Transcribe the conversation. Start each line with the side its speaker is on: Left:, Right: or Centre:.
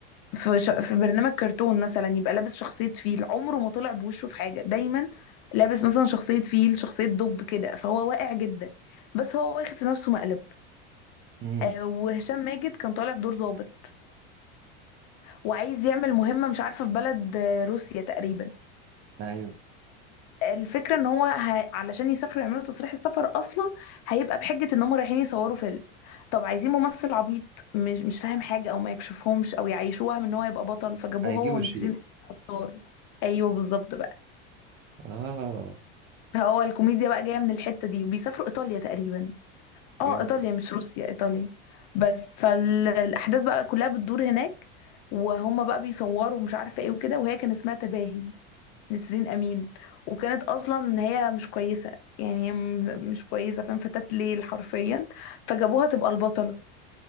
Left: في ش... في برنامج كرتون مثلا يبقى لابس شخصية فيل عمره ما طلع بوشه في حاجة دايما لابس مثلا شخصية فيل شخصية دب كده فهو واقع جدا بس هو واخد في نفسه مقلب
Right: امم
Left: آه، وهشام ماجد كان طالع في دور ضابط وعايز يعمل مهمة مش عارفة في بلد آه، روسيا تقريبا
Right: ايوه
Left: فالفكرة ان هو ه... علشان يسافروا يعملوا تصريح السفر اصلا هيبقى بحجة ان هم رايحين يصوروا فيلم طب عايزين ممثل عبيط مش مش فاهم حاجة او ما يكشفهمش او يعيشوه وهم ان هو يبقى بطل فجابوه
Right: هيجيبوا
Left: هو ونسرين
Right: شيكو
Left: ابطال ايوه بالظبط بقى
Right: اه
Left: هو الكوميديا بقى جاية من الحتة دي وبيسافروا ايطاليا تقريبا
Right: جامد
Left: اه ايطاليا مش روسيا ايطاليا بس فالاحداث بقى كلها بتدور هناك وهم بقى بيصوروا مش عارفة ايه وكده وهي كان اسمها تباهي نسرين امين وكانت اصلا نهايه مش كويسه يعني هي م- مش كويسه فاهم فتاة ليل حرفيا فجابوها تبقى البطله